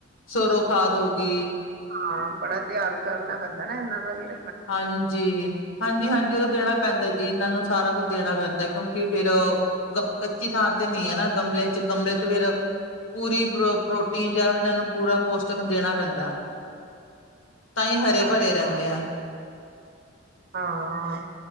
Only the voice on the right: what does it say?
ਹਾਂ ਬੜਾ ਧਿਆਨ ਕਰਨਾ ਪੈਂਦਾ ਨਾ ਇਹਨਾਂ ਦਾ ਫਿਰ
ਅੱਛਾ
ਹਾਂ,